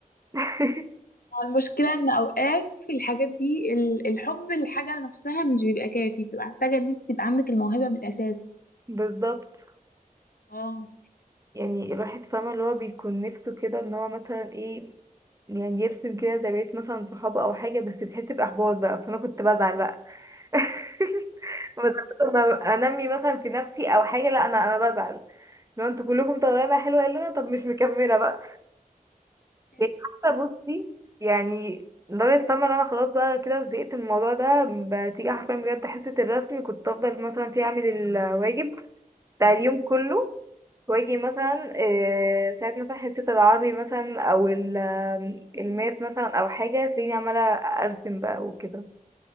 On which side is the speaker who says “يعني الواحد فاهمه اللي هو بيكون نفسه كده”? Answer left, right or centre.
Right